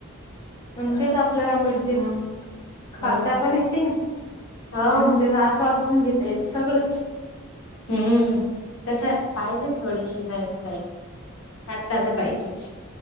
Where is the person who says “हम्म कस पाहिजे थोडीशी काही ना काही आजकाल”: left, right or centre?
Left